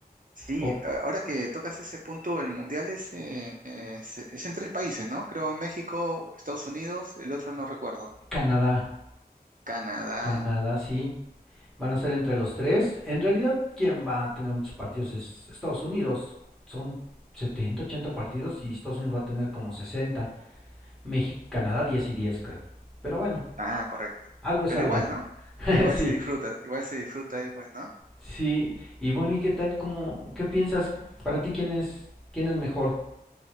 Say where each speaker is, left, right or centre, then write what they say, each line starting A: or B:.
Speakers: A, on the right; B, in the centre.
A: Sí,
B: Oh,
A: a- ahora que tocas ese punto, el mundial es, eh, es, es en tres países, ¿no? Creo México, Estados Unidos, el otro no recuerdo.
B: Canadá,
A: Canadá.
B: Canadá, sí. Van a ser entre los tres. En realidad, quien va a tener muchos partidos es Estados Unidos. Son 70, 80 partidos y Estados Unidos va a tener como 60. México, Canadá diez y diez creo. Pero bueno,
A: Ah, correcto.
B: algo es
A: Pero
B: algo.
A: igual, ¿no?
B: <laughs>
A: Igual
B: sí,
A: se disfruta, igual se disfruta ahí, pues, ¿no?
B: sí. Y bueno, ¿y qué tal? ¿Cómo, ¿Qué piensas? Para ti, ¿quién es, quién es mejor?